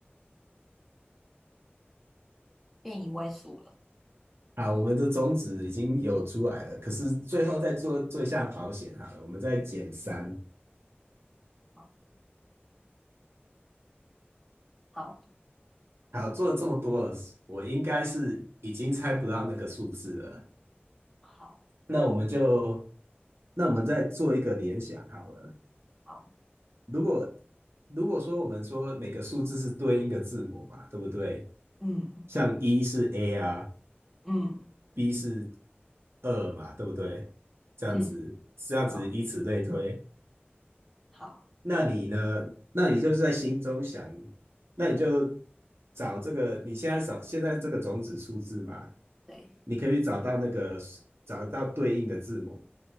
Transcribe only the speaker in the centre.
变一位数了，
好，好，
好，
好，
嗯
嗯
嗯，
好，好，
对，